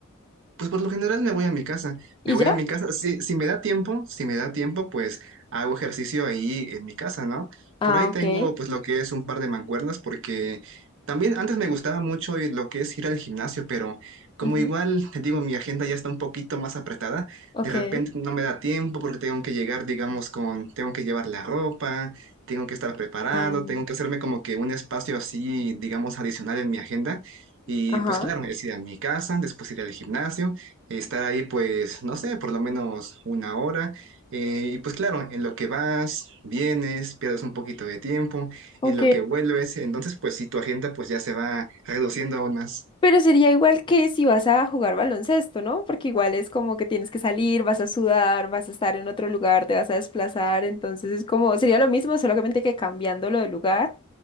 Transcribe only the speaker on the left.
¿Y
ya?
Ah,
ok.
Ujú,
Ok.
Ah,
ajá.
Ok.
Pero sería igual que si vas a jugar baloncesto, ¿no? Porque igual es como que tienes que salir, vas a sudar, vas a estar en otro lugar, te vas a desplazar, entonces es como, sería lo mismo, solamente que cambiándolo de lugar